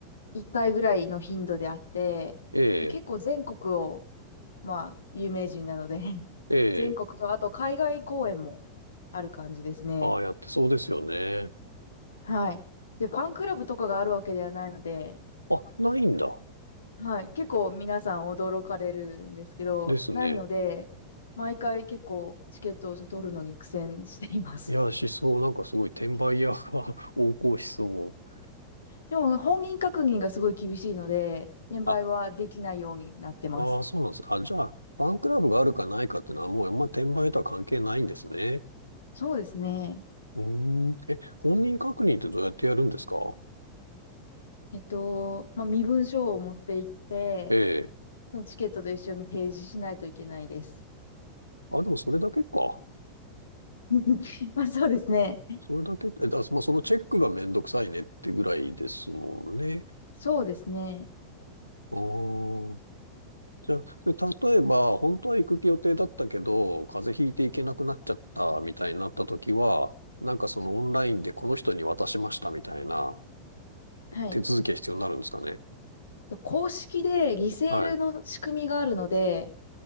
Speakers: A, on the left; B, on the right.
A: 一回ぐらいの頻度であって、
B: ええ、
A: で結構全国をまあ、有名人なので <laughs>
B: ええ、
A: 全国と、あと海外公演もある感じですね。
B: ああやってそうですよね。
A: はい。で、ファンクラブとかがあるわけではないので、
B: あ、ないんだ。
A: はい。結構皆さん驚かれるんですけど、
B: ですね。
A: ないので、毎回結構チケットを取るのに苦戦しています。
B: いや、しそう、なんかすごい転売屋が <laughs> 横行しそう。
A: <laughs> でも、本人確認がすごい厳しいので、転売はできないようになってます。
B: あ、ああ、そうなんです。あ、じゃあ、ファンクラブがあるかないかっていうのはもうあんま転売とは関係ないんですね。
A: そうですね。
B: うーん。え、本人確認ってどうやってやるんですか
A: えっと、まあ、身分証を持って行って、
B: ええ。
A: そのチケットと一緒に提示しないといけないです。
B: あ、でもそれだけか。
A: <laughs> まあ、そうですね。
B: それだけ、え、だ、まあ、そのチェックがめんどくさいねってぐらいですもんね。
A: そうですね。
B: ああ。じゃあ、例えば、本当は行く予定だったけど、風邪ひいて行けなくなっちゃったみたいになった時は、なんかそのオンラインでこの人に渡しましたみたいな
A: はい。
B: 手続きが必要になるんですかね。
A: 公式でリセールの仕組みがあるので、
B: はい。